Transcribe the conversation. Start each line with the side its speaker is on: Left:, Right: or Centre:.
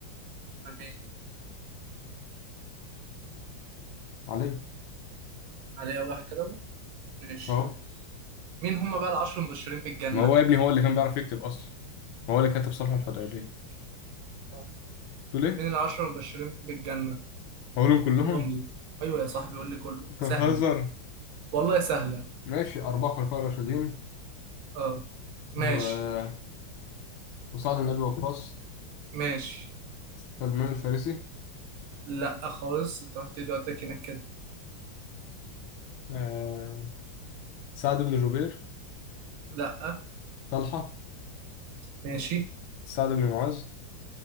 Right: أمال مين
Left: علي
Right: علي أول واحد كده ماشي
Left: أه
Right: مين هم بقى العشر المبشرين بالجنة
Left: ما هو يا ابني هو اللي كان بيعرف يكتب أصلا هو اللي كتب صلح الحديبية
Right: ماشي صح
Left: تقول إيه؟
Right: مين العشر المبشرين بالجنة
Left: هقولهم كلهم؟
Right: قولهم لي ايوه يا صاحبي قول لي كله
Left: أنت
Right: سهلة
Left: بتهزر
Right: والله سهلة
Left: ماشي أربعة خلفاء راشدين
Right: اه
Left: و...
Right: ماشي
Left: وسعد بن أبي وقاص
Right: ماشي
Left: سلمان الفارسي
Right: لا خالص انت رحت ايدي ودك هناك كده
Left: آه، سعد بن جبير
Right: لا
Left: طلحة
Right: ماشي
Left: سعد بن معاذ